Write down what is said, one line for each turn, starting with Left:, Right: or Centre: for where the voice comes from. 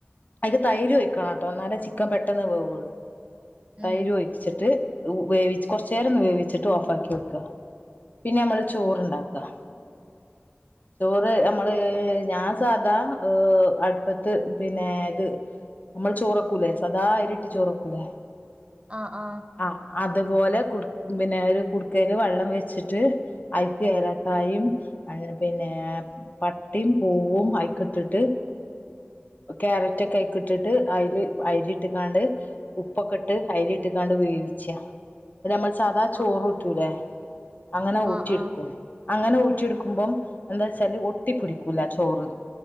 Left: അയില് തൈര് ഒയിക്കണട്ടോ എന്നാലേ ചിക്കൻ പെട്ടെന്ന് വേവൊള്ളൂ
Right: ഉം
Left: തൈര് ഒഴിച്ചട്ട് ഉ വേവിച്ച് കൊറച്ച് നേരൊന്ന് വേവിച്ചിട്ട് ഓഫാക്കി വെക്ക്ക പിന്നെ അമ്മള് ചോറ്ണ്ടാക്ക ചോറ് നമ്മള് ഞാൻ സാധാ ഉഹ് അടുപ്പത്ത് പിന്നേ ഇത് നമ്മള് ചോറെക്കൂലേ സദാ അരിയിട്ട് ചോറെക്കൂലേ
Right: ആഹ് ആഹ്
Left: ആഹ് അതുപോലെ കുടുക്ക് പിന്നെ ഒരു കുടുക്കേല് വെള്ളം വെച്ചിട്ട് അയിൽക്ക് ഏലക്കായും അയ് പിന്നേ പട്ടേം പൂവും അയിക്കിട്ടിട്ട് ക്യാരറ്റൊക്കെ അയിക്കിട്ടിട്ട് അയില് അരി ഇട്ട്ങ്ങാണ്ട് ഉപ്പൊക്കെട്ട് അരിയിട്ട് കാണ്ട് വേവിച്ച ഇത് ഞമ്മള് സാധാ ചോറൂറ്റൂലേ
Right: ആഹ്
Left: അങ്ങനെ ഊറ്റിയെട്ക്കും
Right: ആഹ് ആഹ്
Left: അങ്ങനെ ഊറ്റിയെടുക്കുമ്പം എന്താച്ചാല് ഒട്ടിപ്പിടിക്കൂല ചോറ്